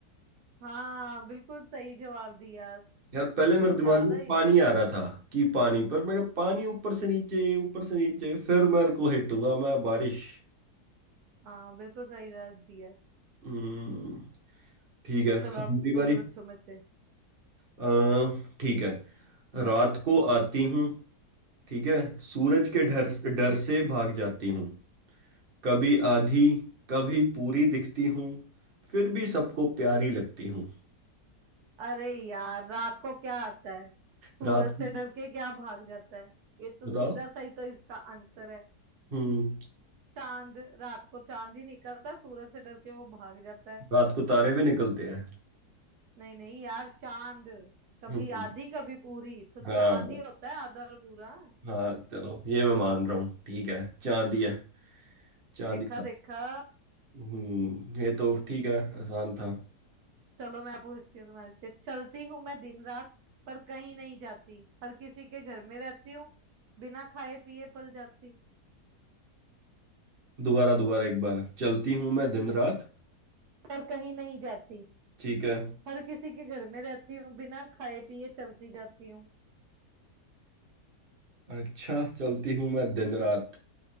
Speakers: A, on the right; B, on the right.
A: हाँ बिल्कुल सही जवाब दिया
B: यार पहले
A: तुम
B: मेरे दिमाग
A: ज्यादा
B: में
A: ही
B: पानी आ रहा था कि पानी पर मैं कहा, पानी ऊपर से नीचे ऊपर से नीचे फिर मेरे को हिट हुआ मैं बारिश
A: हाँ बिल्कुल सही जवाब दिया
B: हम्म, ठीक है
A: चलो
B: अब
A: अब
B: मेरी
A: तुम
B: बारी
A: पूछो मुझसे
B: अ, ठीक है रात को आती हूँ ठीक है सूरज के डर डर से भाग जाती हूँ कभी आधी कभी पूरी दिखती हूँ फिर भी सबको प्यारी लगती हूँ
A: अरे यार रात को क्या आता है सूरज
B: रात
A: से
B: को
A: डर के क्या भाग जाता है ये तो
B: बताओ
A: सीधा सही तो इसका आंसर है
B: हम्म
A: चांद रात को चांद ही निकलता है, सूरज से डर के वो भाग जाता है
B: रात को तारे भी निकलते हैं
A: नहीं नहीं यार चांद कभी
B: हम्म,
A: आधी कभी पूरी तो चांद
B: हाँ
A: ही होता है आधा और पूरा
B: हाँ चलो ये मैं मान रहा हूँ ठीक है चांदी है चांदी
A: देखा
B: था
A: देखा
B: हम्म ये तो ठीक है आसान था
A: चलो मैं पूछती हूँ तुम्हारे से चलती हूँ मैं दिन रात पर कहीं नहीं जाती हर किसी के घर में रहती हूँ बिना खाए पिए पल जाती
B: दोबारा दोबारा एक बार चलती हूँ मैं दिन रात
A: पर कहीं नहीं जाती
B: ठीक है
A: हर किसी के घर में रहती हूँ बिना खाए पिए चलती जाती हूँ
B: अच्छा चलती हूँ मैं दिन रात